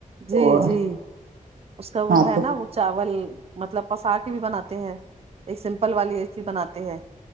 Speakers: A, on the right; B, on the right.
A: تو
B: جی جی اس کا وہ
A: ہاں
B: ہے
A: تو
B: نا وہ چاول مطلب پسا کے بھی بناتے ہیں ایک سمپل والی ا سسی بناتے ہیں